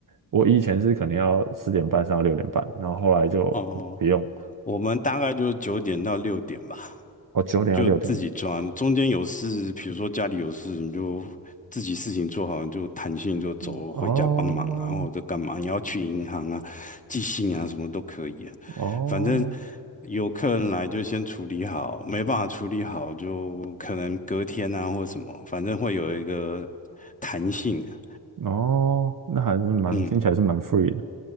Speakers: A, on the right; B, on the left.
A: 我以前是可能要四点半上到六点半，然后后来就
B: 哦，
A: 不用，
B: 我们大概就九点到六点吧，
A: 哦，九点到六点，
B: 就自己抓。中间有事，比如说家里有事，你就自己事情做好，你就弹性就走回家帮忙啊，
A: 嗯，哦
B: 或者干嘛？你要去银行啊、寄信啊，什么都可以啊。
A: 哦
B: 反正有客人来就先处理好，没办法处理好就可能隔天啊或什么，反正会有一个弹性啊。
A: 哦，那还是蛮听起来是蛮
B: 嗯，
A: free 的，